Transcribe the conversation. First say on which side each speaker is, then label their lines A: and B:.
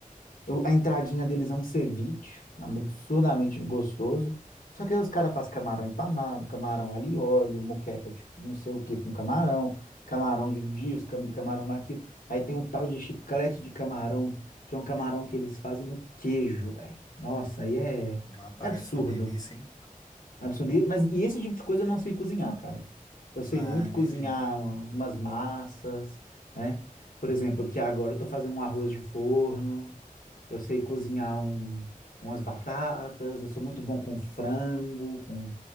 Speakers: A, on the left; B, on the left.
A: eu- a entradinha deles é um ceviche, absurdamente gostoso. Só que aí os caras fazem camarão empanado, camarão alho e óleo, moqueca de não sei o que com camarão, camarão de disco, cam- camarão daquilo. Aí tem um tal de chiclete de camarão, que é um camarão que eles fazem no queijo, velho. Nossa, aí é,
B: Mas parece
A: é absurdo.
B: uma delícia, hein?
A: Absurdo. E- Mas e esse tipo de coisa eu não sei cozinhar, cara. Eu sei
B: Ah,
A: muito
B: entendi.
A: cozinhar um- umas massas, né? Por exemplo, aqui agora eu tô fazendo um arroz de forno, eu sei cozinhar um, umas batatas, eu sou muito bom com frango, com...